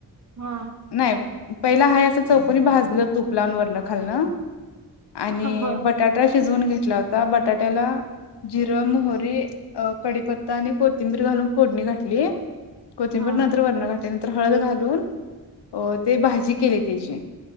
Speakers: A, on the right; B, on the left.
A: हा.
B: नाही पहिला हा असं चौकणी भाजलेलं तूप लावून वरण खालणं. आणि
A: हा बर
B: बटाटा शिजवून घेत ता बटाट्याला जिर मोह री कडीपत्ता आणि कोथिंबीर घालून फोडणी घातली कोथिंबपूर
A: हा
B: नंतर वरण त्यानंतर हळद घालून अ ते भाजी केले त्याची.